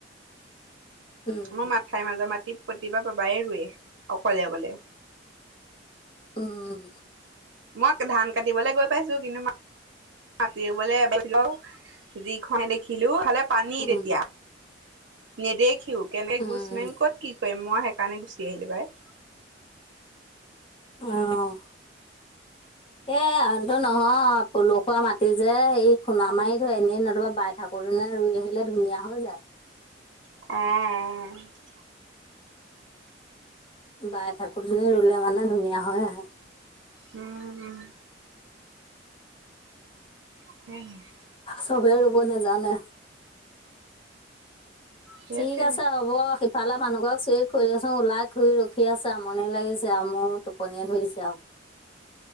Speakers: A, on the left; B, on the right.
A: উম
B: মই মাথাইৰ মাজত মাটি প্ৰতিবাৰে পাপাই ৰুৱে, অকলে অকলে।
A: উম'।
B: মই ধান কাটিবলে গৈ পাইছো, কিন্তু মা- মাতি ৰুবলে এবেলি লওঁ যি খনহে দেখিলো, ইফালে- পানী
A: উম
B: তেতিয়া, নেদেখিও কেনেকে
A: উম
B: গুচ মাৰিম ক'ত- কি কৰিম মই সেইকাৰণে গুচি আহিলো পাই।
A: অঁ এ আনটো নহয়। পলসুৱা মাটি যে সেই- খুণা মাৰি ধৰে এনেই নতুবা বাই থাকোতে নে ৰুই আহিলে ধুনীয়া হৈ যায়।
B: অঁ অঁ।
A: বাই ঠাকুৰজনী ৰুলে মানে ধুনীয়া হৈ আহে।
B: উম‌ উম'। উমহ'।
A: চবে ৰুব নেজানে,
B: সেইটোৱে
A: ঠিক আছে হ'ব। ইফালে মানুহ ঘৰ চিৰি খৰিচোন ওলাই খৰি ৰখি আছে আমনি লাগিছে আৰু মোৰ টোপনিয়ে ধৰিছে আও।